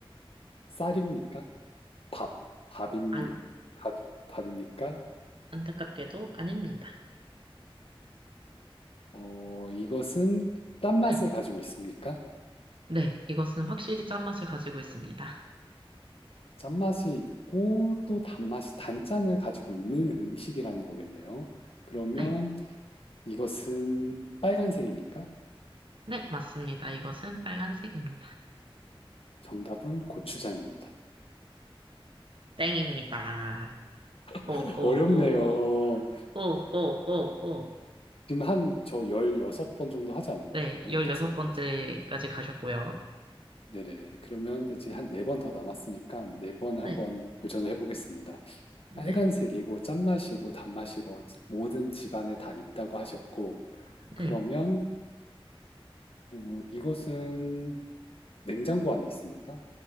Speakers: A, on the left; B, on the right.
A: 쌀입니까? 밥, 밥입니
B: 안,
A: 밥, 밥입니까?
B: 안타깝게도 아닙니다.
A: 어, 이것은 짠맛을
B: 네.
A: 가지고 있습니까?
B: 네, 이것은 확실히 짠맛을 가지고 있습니다.
A: 짠맛이 있고 또 단맛이 단짠을 가지고 있는 음식이라는 거겠네요. 그러면
B: 네,
A: 이것은 빨간색입니까?
B: 네, 맞습니다. 이것은 빨간색입니다.
A: 정답은 고추장입니다.
B: 땡입니다. 호호호호,
A: <laughs> 어렵네요.
B: 호호호호.
A: 지금 한 저 16번 정도 하지 않았나요?
B: 네,
A: 15,
B: 열여섯
A: 16.
B: 번째까지 가셨고요.
A: 네네. 그러면 이제 한 네 번 더 남았으니까 네 번에
B: 네,
A: 한번 도전을 해보겠습니다.
B: 네,
A: 빨간색이고 짠맛이고 단맛이고 모든 집안에 다 있다고 하셨고,
B: 네,
A: 그러면 어, 이것은 냉장고 안에 있습니까?